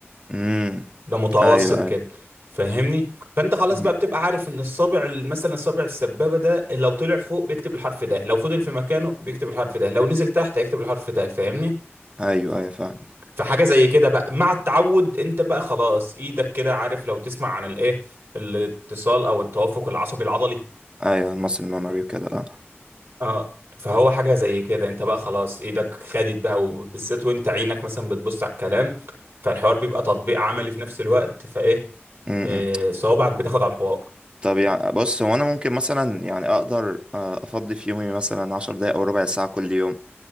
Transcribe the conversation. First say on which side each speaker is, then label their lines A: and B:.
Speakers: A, on the right; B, on the right.
A: امم
B: ده متوسط
A: ايوه ايوه
B: كده فاهمني فانت خلاص
A: مم.
B: بقى بتبقى عارف ان الصابع مثلا الصابع السبابه ده لو طلع فوق بيكتب الحرف ده لو فضل في مكانه بيكتب الحرف ده لو نزل تحت هيكتب الحرف ده فاهمني
A: ايوه ايوه فاهم
B: فحاجة زي كده بقى مع التعود انت بقى خلاص ايدك كده عارف لو تسمع عن الايه الاتصال او التوافق العصبي العضلي
A: ايوه المصل ميموري وكده اه
B: اه فهو حاجة زي كده انت بقى خلاص ايدك خدت بقى وبالذات وانت عينك مثلا بتبص على الكلام فالحوار بيبقى تطبيق عملي في نفس الوقت فايه
A: امم
B: آه، صوابعك بتاخد على الحوار
A: طب يعني بص هو انا ممكن مثلا يعني اقدر آه، افضي في يومي مثلا عشر دقايق او ربع ساعة كل يوم